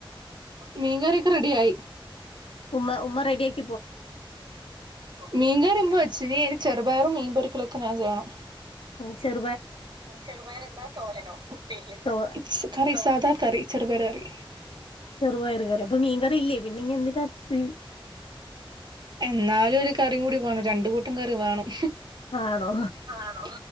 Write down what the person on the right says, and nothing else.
മീൻകറിയൊക്കെ റെഡിയായി
മീൻകറി ഉമ്മവെച്ച് ഇനി എന്ക് ചെറുപയറും മീൻ പൊരിക്കലൊക്കെ ഞാൻ ചെയ്യണം.
ചെറുപയറെന്താ തോരനോ ഉപ്പേരി എന്താ
കറി സാദാകറി ചെറുപയറുകറി
എന്നാലും ഒരുകറിയുംകൂടി വേണം രണ്ടുകൂട്ടംകറിവേണം.
ആണോ